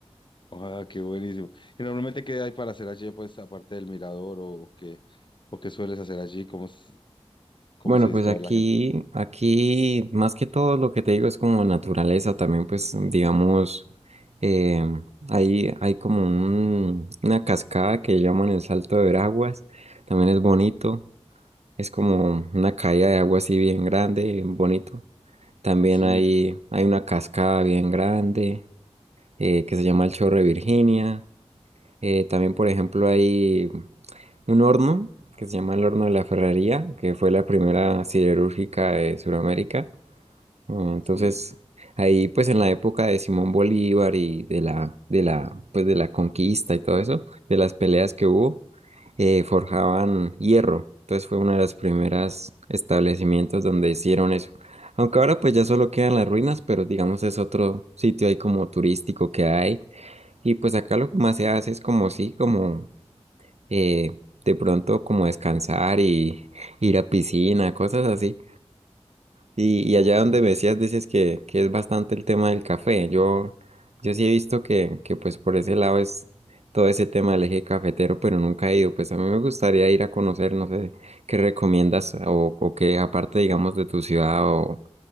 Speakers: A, on the left; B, on the right.
A: Ah, qué buenísimo. ¿Y normalmente qué hay para hacer allí, pues, aparte del mirador o qué, o qué sueles hacer allí? ¿Cómo, s- cómo
B: Bueno,
A: se distrae
B: pues aquí,
A: la gente?
B: aquí más que todo lo que te digo es como naturaleza también, pues digamos, eh, hay, hay como un- una cascada que llaman el Salto de Veraguas, también es bonito, es como una caída de agua así bien grande, bien bonito. También
A: Sí,
B: hay, hay una cascada bien grande eh, que se llama el Chorro de Virginia. Eh, también, por ejemplo, hay un horno que se llama el horno de la Ferrería, que fue la primera siderúrgica de Sudamérica. Eh, Entonces,
A: sí.
B: ahí pues en la época de Simón Bolívar y de la, de la, pues de la conquista y todo eso, de las peleas que hubo, eh, forjaban hierro. Entonces fue uno de los primeros establecimientos donde hicieron eso. Aunque ahora pues ya solo quedan las ruinas, pero digamos es otro sitio ahí como turístico que hay. Y pues acá lo que más se hace es como sí, como eh, de pronto como descansar y ir a piscina, cosas así. Y, y
A: Mm,
B: allá donde me decías, dices que, que es bastante el tema del café. Yo, yo sí he visto que, que pues por ese lado es todo ese tema del eje cafetero, pero nunca he ido. Pues a mí me gustaría ir a conocer, no sé, qué recomiendas o, o qué aparte, digamos, de tu ciudad o,